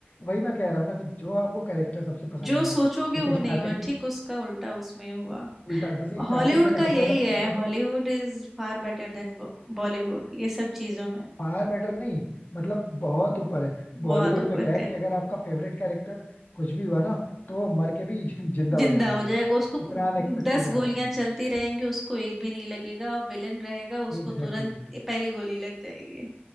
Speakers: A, on the left (about 45°); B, in the centre.
A: वही मैं कह रहा हूँ ना कि जो आपको कैरेक्टर सबसे पसंद
B: जो
A: आएगा
B: सोचोगे
A: जैसे
B: वो
A: स्टार्टिंग
B: नहीं हुआ ठीक
A: में
B: उसका उल्टा उसमें हुआ
A: उल्टा जैसे स्टार्टिंग
B: हॉलीवुड
A: में ना सबसे
B: का यही
A: ज्यादा
B: है
A: पसंद
B: Hollywood
A: आता था
B: is far better than Bollywood ये सब चीजों में
A: फार बेटर नहीं मतलब बहुत ऊपर है बॉलीवुड
B: बहुत ऊपर
A: में क्या है कि अगर आपका फेवरेट कैरेक्टर कुछ भी हुआ ना तो वो मर के भी <laughs> जिन- जिंदा
B: जिंदा
A: हो जाएगा
B: हो जाएगा उसको
A: इतना अनएक्सपेक्टेड
B: दस
A: दिखाते
B: गोलियां
A: हैं
B: चलती रहेंगी उसको एक भी नहीं लगेगा और विलेन रहेगा उसको
A: Exactly
B: तुरंत
A: exactly.
B: पहली गोली लग जाएगी